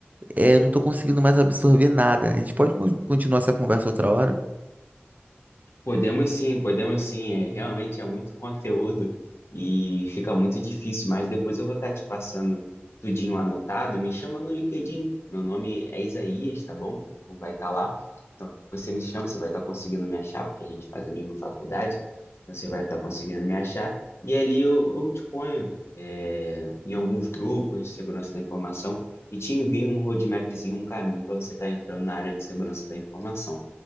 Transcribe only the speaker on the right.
é, eu não tô conseguindo mais absorver nada. A gente pode con- continuar essa conversa outra hora?